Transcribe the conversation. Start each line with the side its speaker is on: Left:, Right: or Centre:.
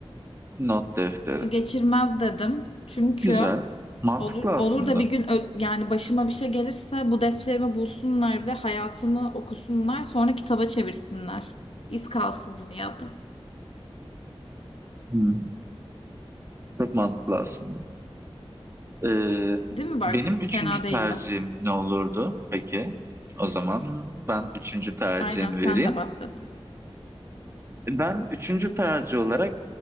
Right: Not defteri.
Left: Su geçirmez dedim. Çünkü
Right: Güzel. Mantıklı
Left: olur,
Right: aslında.
Left: olur da bir gün ö- yani başıma bir şey gelirse bu defterimi bulsunlar ve hayatımı okusunlar sonra kitaba çevirsinler. İz kalsın dünyada.
Right: Hmm, Çok mantıklı aslında. Ee,
Left: Değil mi bak?
Right: benim üçüncü
Left: Fena
Right: tercihim
Left: değildi.
Right: ne olurdu? Peki. O zaman ben üçüncü tercihimi
Left: Aynen sen
Right: vereyim.
Left: de bahset.
Right: Ben üçüncü tercih olarak